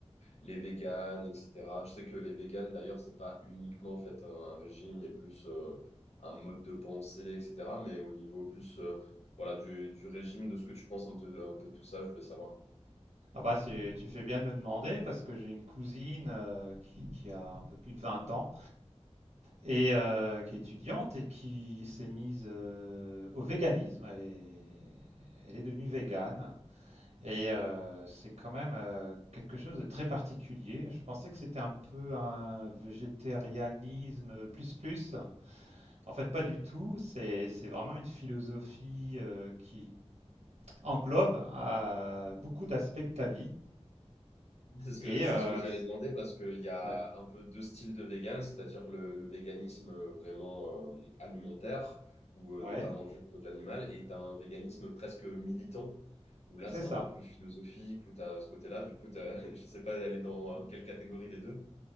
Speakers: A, on the left; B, on the right.
A: les véganes, etc. Je sais que les véganes, d'ailleurs, c'est pas uniquement en fait un, un régime, mais plus euh, un mode de pensée, etc. Mais au niveau plus euh, voilà, du, du régime, de ce que tu penses un peu, un peu de tout ça, je voulais savoir
B: Ah bah c'est, tu fais bien de me demander parce que j'ai une cousine euh, qui, qui a un peu plus de 20 ans et euh, qui est étudiante et qui s'est mise euh, au véganisme. Elle est, elle est devenue végane et euh, c'est quand même euh, quelque chose de très particulier. Je pensais que c'était un peu un végétarianisme plus plus. En fait, pas du tout. C'est, c'est vraiment une philosophie euh, qui englobe euh, beaucoup d'aspects de ta vie.
A: C'est ce que,
B: Et
A: c'est
B: euh,
A: ce que j'allais demander parce qu'il y a
B: Ouais,
A: un peu deux styles de vegan, c'est-à-dire le, le véganisme vraiment euh, alimentaire ou euh,
B: ouais,
A: ne pas manger de produits animaux et t'as un véganisme presque militant où là
B: c'est
A: c'est
B: ça.
A: un peu plus philosophique où t'as ce côté-là. Du coup, t'as, <laughs> je sais pas aller dans
B: Mm.
A: euh, quelle catégorie des deux.